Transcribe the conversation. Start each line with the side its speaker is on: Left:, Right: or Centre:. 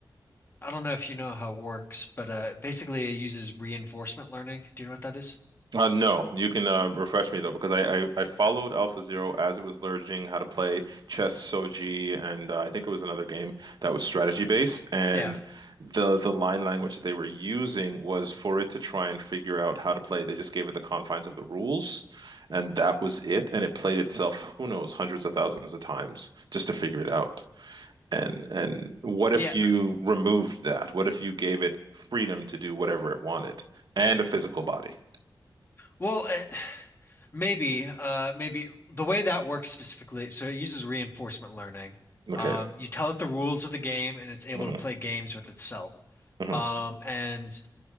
Left: I don't know if you know how it works, but uh, basically it uses reinforcement learning. Do you know what that is?
Right: Uh, no, you can uh, refresh me though, because I, I, I followed AlphaZero as it was learning how to play chess, Soji, and uh, I think it was another game that was strategy based. And
Left: Yeah.
Right: the the line language that they were using was for it to try and figure out how to play. They just gave it the confines of the rules, and that was it. And it played itself, who knows, hundreds of thousands of times just to figure it out. And and what
Left: Yeah.
Right: if you removed that? What if you gave it freedom to do whatever it wanted and a physical body?
Left: Well, it, maybe, uh, maybe the way that works specifically, so it uses reinforcement learning.
Right: Okay,
Left: Um, you tell it the rules of the game and it's able
Right: Mm-hmm.
Left: to play games with itself.
Right: Mm-hmm.
Left: Um, and